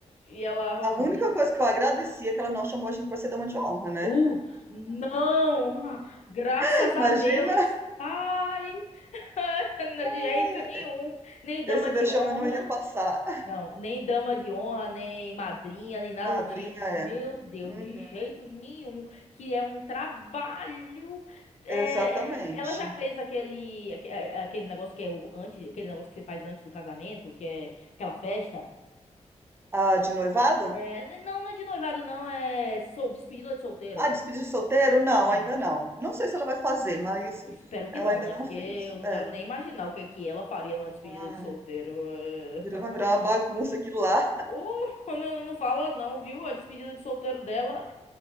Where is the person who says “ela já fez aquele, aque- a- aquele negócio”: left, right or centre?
Left